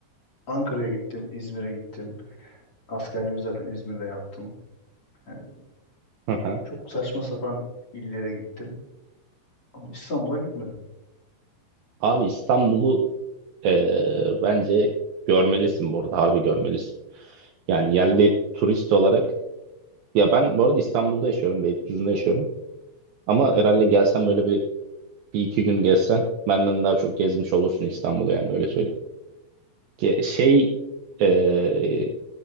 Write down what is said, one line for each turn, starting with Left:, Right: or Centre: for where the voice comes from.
Left: Ankara'ya gittim, İzmir'e gittim. Askerliğimi zaten İzmir'de yaptım. Yani
Right: Hı hı.
Left: çok saçma sapan illere gittim. Ama İstanbul'a gitmedim.
Right: Abi İstanbul'u e, bence görmelisin bu arada. Harbi görmelisin. Yani yerli turist olarak ya ben bu arada İstanbul'da yaşıyorum. Beylikdüzü'nde yaşıyorum. Ama herhalde gelsen böyle bir, bir iki gün gezsen benden daha çok gezmiş olursun İstanbul'u yani öyle söyleyeyim. Ki şey e,